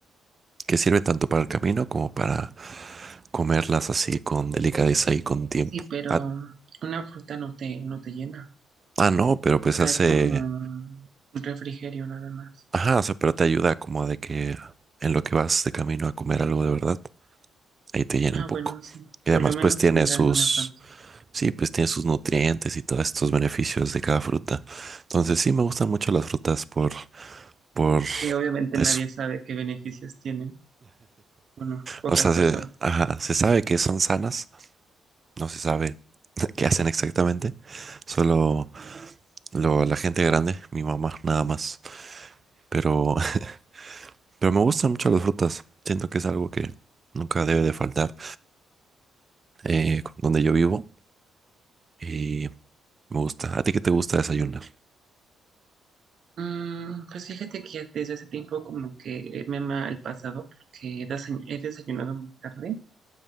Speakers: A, on the right; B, on the right.
A: que sirven tanto para el camino como para comerlas así con delicadeza y con tiempo.
B: Sí, pero
A: Ah,
B: una fruta no te, no te llena.
A: ah, no, pero pues
B: O sea,
A: hace...
B: es como un refrigerio nada más.
A: Ajá, o sea, pero te ayuda como de que en lo que vas de camino a comer algo de verdad, ahí te llena
B: Ah,
A: un poco.
B: bueno, sí.
A: Y
B: Por
A: además,
B: lo menos
A: pues tiene
B: tener
A: sus,
B: algo en la panza.
A: sí, pues tiene sus nutrientes y todos estos beneficios de cada fruta. Entonces, sí, me gustan mucho las frutas por, por
B: Que obviamente
A: eso.
B: nadie sabe qué beneficios tienen. Bueno, pocas
A: O sea,
B: personas.
A: se, ajá, se sabe que son sanas, no se sabe <laughs> qué hacen exactamente, solo lo, la gente grande, mi mamá, nada más. Pero, <laughs> pero me gustan mucho las frutas, siento que es algo que nunca debe de faltar eh, donde yo vivo. Y me gusta. ¿A ti qué te gusta desayunar?
B: Mm, pues fíjate que desde hace tiempo como que me ama el pasado porque he desay- he desayunado muy tarde,